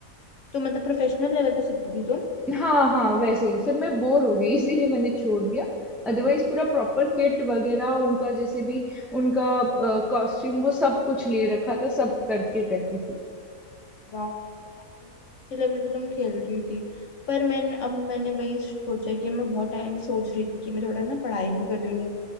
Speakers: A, on the left; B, in the centre.
A: तो मतलब प्रोफेशनल लेवल पे सीखती थी तुम
B: हाँ हाँ वैसे ही फिर मैं बोर हो गई इसीलिए मैंने छोड़ दिया अदरवाइज पूरा प्रॉपर किट वगैरह उनका जैसे भी उनका कॉस्ट्यूम वो सब कुछ ले रखा था सब करके करती थी
A: वाह यार तो काफी मतलब अच्छे लेवल पे तुम खेल रही थी पर मैंने अब मैंने वही सोचा कि मैं बहुत टाइम से सोच रही थी कि मैं थोड़ा ना पढ़ाई भी कर लूं